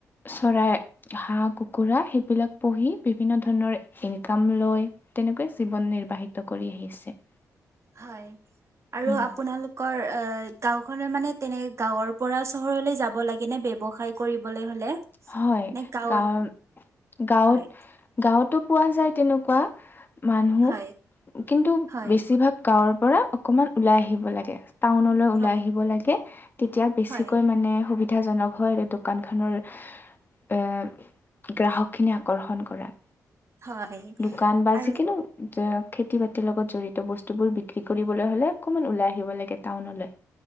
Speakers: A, on the left; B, on the right.
A: চৰাই, হাঁহ-কুকুৰা সেইবিলাক পুহি বিভিন্ন ধৰণৰ ইনকাম লয়। তেনেকুৱা জীৱন নিৰ্বাহিত কৰি আহিছে।
B: হয় আৰু
A: উম,
B: আপোনালোকৰ গাঁওখনৰ মানে তেনে গাঁৱৰ পৰা চহৰলৈ যাব লাগে নে ব্যৱসায় কৰিবলৈ হ'লে।
A: হয়
B: নে গাঁৱত
A: গাৱৰ গাঁৱত
B: হয়
A: গাঁৱতো পোৱা যায় তেনেকুৱা। মানুহ
B: হয়
A: কিন্তু
B: হয়
A: বেছিভাগ গাঁৱৰ পৰা অকমান ওলাই আহিব লাগে। টাউনলৈ ওলাই
B: হয়
A: আহিব লাগে, তেতিয়া বেছিকৈ
B: হয়
A: মানে সুবিধা সুবিধাজনক হয় আৰু দোকানখনৰ এ, গ্ৰাহক খিনি আকৰ্ষণ কৰা।
B: হয়
A: দোকান বা
B: আৰু
A: জিকিনো যে খেতি-বাতিৰ লগত জড়িত বস্তুবোৰ বিক্ৰী কৰিবলৈ হ'লে অকণমান ওলাই আহিব লাগে টাউনলৈ।